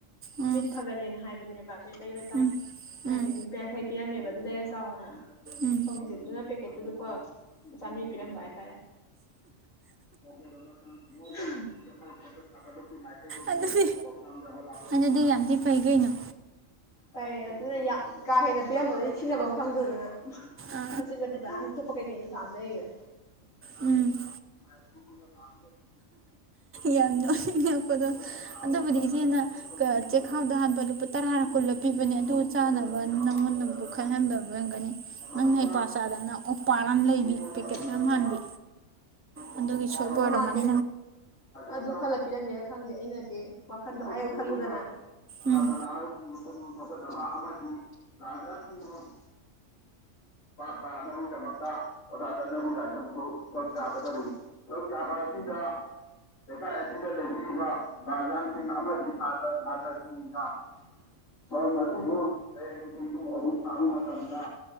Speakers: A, on the right; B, on the left.
A: ꯎꯝ
B: ꯃꯤꯠ ꯐꯒꯠꯂꯦꯅ ꯍꯥꯏꯕꯅꯦꯕ ꯕ ꯃꯤꯠ ꯃꯔꯤ ꯃꯇꯥ
A: ꯎꯝ
B: ꯍꯥꯏꯗꯤ
A: ꯎꯝ
B: ꯂꯨꯄꯥ ꯌꯥꯡꯈꯩ ꯄꯤꯔꯝꯃꯦꯕ ꯑꯗꯨ ꯂꯩꯔ ꯆꯥ ꯆꯥꯎꯅ
A: ꯎꯝ
B: ꯄꯝꯀꯤꯟꯁꯤꯠꯇꯨꯅ ꯄꯦꯛꯀꯦꯠ ꯂꯨꯄꯥ ꯆꯥꯝꯃꯔꯤ ꯄꯤꯔꯝꯕ ꯍꯥꯏꯇꯥꯔꯦ <unintelligible> ꯁꯥꯇ꯭ꯔꯥ ꯂꯨꯞꯀꯤ ꯃꯥꯏꯀꯩꯗꯒꯤ
A: ꯑꯗꯨꯗꯤ
B: ꯄꯥꯎꯊꯥꯡꯖꯕ ꯂꯥꯛꯆꯔꯤ
A: ꯑꯗꯨꯗꯤ
B: ꯃꯗꯨꯗꯤ
A: ꯌꯥꯝ ꯊꯤ ꯐꯩ ꯀꯩꯅꯣ
B: ꯍꯌꯦꯡ ꯑꯁꯤ <unintelligible> ꯀꯥ ꯍꯦꯟꯅ ꯄꯤꯔꯝꯕꯗ ꯁꯤꯅꯕꯝ ꯈꯪꯗꯗꯅ
A: ꯑ
B: ꯃꯆꯤꯠ ꯃꯆꯤꯠ ꯕꯌꯥꯝꯁꯨ ꯊꯨꯄꯄ ꯀꯥꯩ ꯀꯩꯅꯣ ꯌꯥꯝ ꯂꯩꯒ꯭ꯔꯦ
A: ꯎꯝ
B: <unintelligible>
A: ꯌꯥꯝꯅ ꯍꯦꯛꯄꯗꯥ
B: ꯁꯥꯕ
A: ꯑꯗꯨꯕꯨꯗꯤ
B: ꯃꯇꯝꯗ
A: ꯏꯆꯦꯅ
B: ꯃꯦꯝꯕꯔ ꯀꯝꯃꯨꯅꯤꯇꯤ
A: ꯀ ꯆꯦꯛꯈꯥꯎꯗ
B: ꯍꯣꯜꯒꯤ
A: ꯍꯥꯟꯕ ꯂꯨꯄꯥ ꯇꯔꯥꯔ
B: ꯀꯝꯃꯨꯅꯤꯇꯤ
A: ꯀꯨꯜꯂ ꯄꯤꯕꯅꯦ
B: ꯑꯁꯤꯗ
A: ꯑꯗꯨ
B: ꯀꯝꯃꯨꯅꯤꯇꯤ
A: ꯆꯥꯅꯕ
B: ꯍꯣꯜ ꯑꯁꯤꯗ
A: ꯅꯪꯉꯣꯟꯗꯕꯨ
B: ꯄꯥꯡꯊꯣꯛꯆꯔꯒꯅꯤ
A: ꯈꯟꯍꯟꯕ ꯉꯝꯒꯅꯤ
B: ꯃꯁꯤꯗ
A: ꯅꯪꯅ ꯍꯩꯄꯥ ꯆꯥꯗꯅ ꯑꯣꯄꯥꯔ ꯑꯃ ꯂꯩꯕꯤ
B: ꯃꯤꯡ ꯑꯣꯏꯅ
A: ꯄꯦꯀꯦꯠ
B: ꯄꯜꯂꯕꯗ
A: ꯃꯌꯥꯝ ꯍꯥꯟꯕꯤ ꯑꯗꯨꯒꯤ ꯁꯣꯏꯕ
B: ꯎꯝ
A: ꯑꯣꯔꯝꯃꯅꯤ
B: ꯃꯥ ꯑꯗꯨ ꯈꯂ ꯄꯤꯔꯝꯃꯦꯔ ꯈꯪꯗꯦ ꯑꯩꯅꯗꯤ ꯋꯥꯈꯟꯗꯣ ꯑꯌꯧ ꯈꯜꯂꯨꯗꯅ ꯄꯇꯅ
A: ꯎꯝ
B: ꯄꯨꯛꯅꯤꯡ ꯊꯧꯒꯠꯅꯕ ꯑꯃ ꯒꯤ ꯒꯥꯔꯖꯤꯌꯥꯟꯕꯨ ꯄꯥꯛ ꯇꯥꯅꯕꯒꯤꯗꯃꯛꯇ ꯑꯣꯖꯥ ꯘꯥꯅꯕꯤꯔ ꯂꯥꯢꯁ꯭ꯔꯝꯕꯨ ꯁꯔꯨꯛ ꯌꯥꯒꯗꯧꯅꯤ ꯁꯔꯨꯛ ꯌꯥꯕ ꯑꯁꯤꯗ ꯂꯩ ꯑꯁꯤꯗ ꯂꯩꯕꯤꯔꯤꯕ ꯒꯥꯔꯖꯤꯌꯥꯟꯁꯤꯡ ꯑꯃꯗꯤ ꯁꯥꯇ꯭ꯔ ꯁꯥꯇ꯭ꯔꯁꯤꯡꯅ ꯊꯧꯔꯝ ꯑꯗꯨꯕꯨ ꯍꯌꯦꯡ ꯅꯨꯡꯊꯤꯟ ꯄꯨꯡ ꯑꯍꯨꯝ ꯇꯥꯕ ꯃꯇꯝꯗ